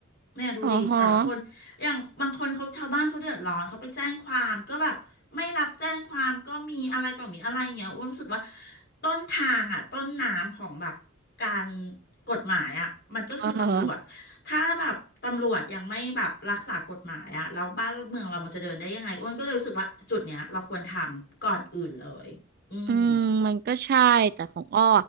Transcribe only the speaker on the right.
อ๋อฮะ
อ๋อฮะ
อืมมันก็ใช่แต่ของอ้อ